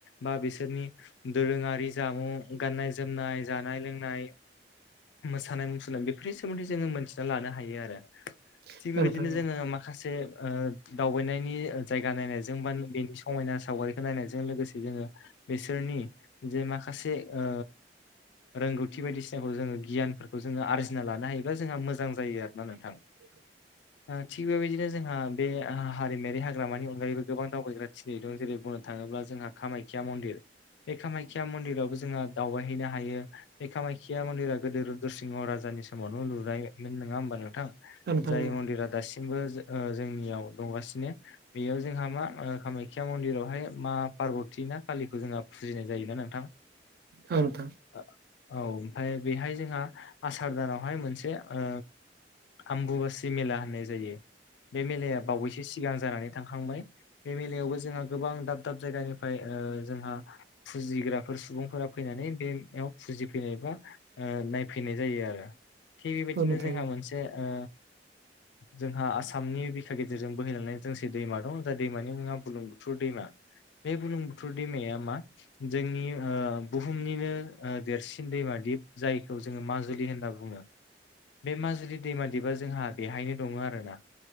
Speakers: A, on the left; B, on the right.
A: बा बिसोरनि दोरोङारि जामुं गाननाय जोमनाय जा नाय लोंनाय मोसानाय मुसुरनाय बेफोरनि सोमोन्दै जोङो मोनथिना लानो हायो। थायो आरो।
B: औ
A: थि बेबायदिनो
B: औ नोंथां
A: जोङो मासे ओ दावबाय जायगा नायनायजों बा बेनि समायना सावगारिखौ नायनायजों लोगोसे जोङो बिसोरनि जों माखासे ओ रोंगौथि बायदिसिनाखौ जोङो गियानफोरखौ जोङो आरजिना लानो हायोब्ला जोंहा मोजां जायो आरोना नोंथां।
B: <inaudible>
A: आ थिग बेबायदिनो जोंहा बे हारिमायारि हाग्रामानि अनगायैबो गोबां दावबायग्रा <unintelligible> दं जेरै बुंनो थाङोब्ला जोंहा कामाख्या मन्दिर बे कामाख्या मन्दिरावबो जोङो दावबायहैनो हायो बे खामाख्या मन्दिरा गोदो रुद्र' सिंह राजानि समावनो लुनायमोन नङा होमबा नोंथां
B: औ नोंथां
A: जाय
B: औ
A: मन्दिरा दासिमबो जो ओ जोंनियाव दंगासिनो बेयाव जोंहा मा ओ कामाख्या मन्दिरावहाय मा पार्बति ना खाालिखौ जोंहा फुजिनाय जायोना नोंथां। <inaudible>
B: औ नोंथां
A: ओ औ ओमफाय बेहाय जोंहा आसार दानावहाय मोनसे ओ आम्बुवासि मेला होननाय जायो बे मेलाया बावैसो सिगां जानानै थांखांबाय बे मेलायावबो जोंहा गोबां दाब दाब जायगानिफ्राय ओ जोंहा फुजिग्रा फोर सुबुंफोरा फैनानै बेयाव फुजिफैनाय बा नायफैनाय जायो आरो थिग बेबायदिनो
B: औ नोंथां औ नोंथां
A: जोंहा
B: औ नोंथां औ नोंथां
A: मोनसे ओ जोंहा आसामनि बिखा गेजेरजों बोहैलांनाय जोंसे दैमा दं जाय दैमानि मुङा बुलुं बुथुर दैमा बे बुरलुंबुथुर दैमाया मा जोंनि ओ बुहुमनिनो ओ देरसिन दैमा दिप जायखौ जोङो माजुलि होनना बुङो बे माजुलि दैमा दिपआ जोंहा बेहायनो दङो आरोना